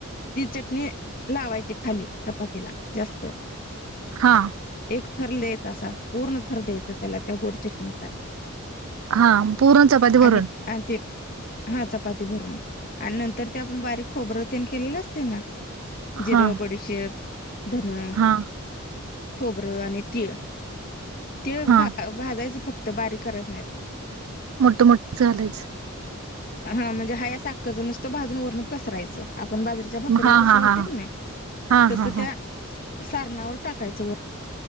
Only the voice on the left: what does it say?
ती चटणी लावायची खाली चपातीला जास्त
एक थर द्यायचा असा पूर्ण थर द्यायचा त्याला त्या गोड चटणीचा
आणि
ते हा चपाती भरून आणि नंतर ते आपण बारीक खोबर तेन केलेले असते ना जिराे
बडीसेेप धनं
खोबरं आणि तिळ तिळ
भाजायचं फक्त तर बारीकच नाहीत
हा म्हणजे हा या साखज नसतं भाजून रण पसरायचं आपण बाजारीेच्या भाकरीला
कसला
होता
की नाही
तस
त्या
सारणावर टाकायच